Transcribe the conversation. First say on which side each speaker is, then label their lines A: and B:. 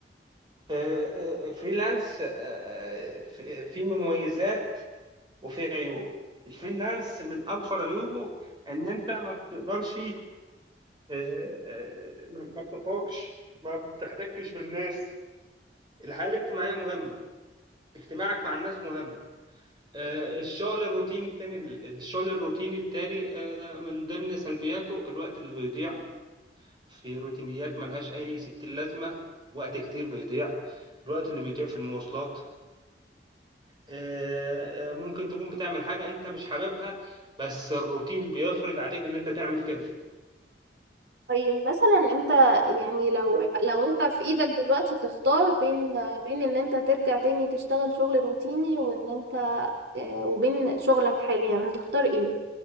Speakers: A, on the right (about 25°); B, on the right (about 75°).
A: آه، آه، فريلانس آه، آه، في في مميزات وفي عيوب الفريلانس من أكبر عيوبه إن أنت ما بتقدرش آه، آه، ما بتخرجش ما بتحتكش بالناس الحياة الاجتماعية مهمة اجتماعك مع الناس مهم آه، الشغل الروتيني التاني الشغل الروتيني التاني آه، من ضمن سلبياته الوقت اللي بيضيع في روتينيات ملهاش أي ستين لازمة وقت كتير بيضيع الوقت اللي بيضيع في المواصلات آه، آه، ممكن تكون بتعمل حاجة أنت مش حاببها بس الروتين بيفرض عليك إن أنت تعمل كده
B: طيب مثلا انت يعني لو لو انت في ايدك دلوقتي تختار بين بين ان انت ترجع تاني تشتغل شغل روتيني وان انت اه، وبين شغلك حاليا هتختار ايه